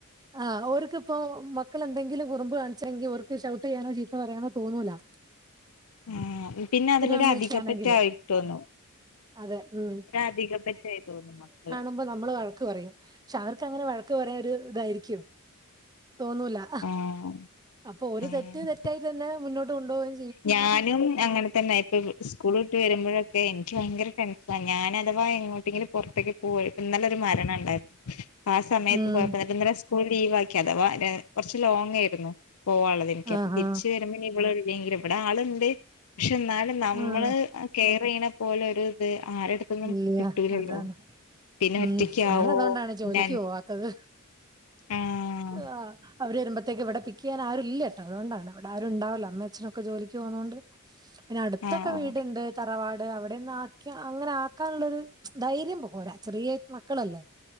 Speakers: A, on the right; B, on the left.
A: ആഹ് ഓർക്കിപ്പോ മക്കള് എന്തെങ്കിലും കുറുമ്പ് കാണിച്ചെങ്കി ഓർക്ക് ഷൗട്ട് ചെയ്യാനോ ചീത്ത പറയാനോ തോന്നൂലാ
B: ആഹ് പിന്നെ അതിലൊരു
A: അമ്മയൊക്കെ
B: അധികപറ്റായിട്ട്
A: ആണെങ്കിൽ
B: തോന്നും
A: അതെ ഉം
B: ഒരധിക പറ്റായി തോന്നും മക്കള്
A: ക്കുമ്പ നമ്മള് വഴക്ക് പറയും. പക്ഷെ അവർക്ക് അങ്ങനെ വഴക്ക് പറയാൻ ഒരു ഇതായിരിക്കും തോന്നൂലാ.
B: ആഹ്
A: അപ്പൊ ഓര്
B: ആഹ്
A: തെറ്റ് തെറ്റായിട്ട് തന്നെ മുന്നോട്ട് കൊണ്ടോവേം
B: ഞാനും അങ്ങനെ തന്നെ ഇപ്പി സ്കൂൾ വിട്ട് വരുമ്പോഴൊക്കെ എനിക്ക് ഭയങ്കര ടെൻഷനാ ഞാൻ അഥവാ എങ്ങോട്ടെങ്കിലും പുറത്തേ പോയിട്ടിന്നലെ ഒരു മരണെണ്ടാരുന്നു ആ സമയത്ത്
A: ഉം
B: പോയപ്പോ ഇന്നലെ സ്കൂൾ ലീവ് ആക്കി. അഥവാ അഹ് കുറച്ച് ലോങ് ആയിരുന്നു പോവാള്ളെതേ എനിക്കപ്പ
A: ആഹ്
B: തിരിച്ച്
A: ആഹ്
B: വരുമ്പോ ഇവളില്ലെങ്കിലോ ഇവിടെ ആളുണ്ട് പക്ഷെ എന്നാലും നമ്മള്
A: ആഹ്
B: കെ യറ് ചെയ്യണ പോലൊരിത് ആരെടു ത്തുന്നും
A: ഇല്ല
B: കിട്ടൂലല്ലൊ
A: അതാണ്
B: പിന്നെ
A: ഉം
B: ഒറ്റക്കാവോ
A: ഞാൻ അതുകൊണ്ടാണ്
B: <unintelligible>
A: ജോലിക്ക് പോവാത്തത്
B: ആഹ്
A: ആഹ് അവര് വരുമ്പത്തേക്ക്ഇവിടെ പിക്ചെയ്യൻ ആ രുല്ല്യട്ടോ അതൊണ്ടാണ്ഇവിടെ ആരു ണ്ടാവില്ല അമ്മ അച്ഛനൊക്ക ജോലിക്ക് പോകുന്നോണ്ട് പിന്നെ അടുത്തൊക്കെ
B: ആഹ്
A: വീടിണ്ട്. തറവാട് അവിടെന്ന് ആക്കി അങ്ങനാ ക്കാള്ളൊരു ധൈര്യം പോര ചെറിയ മക്കളല്ലേ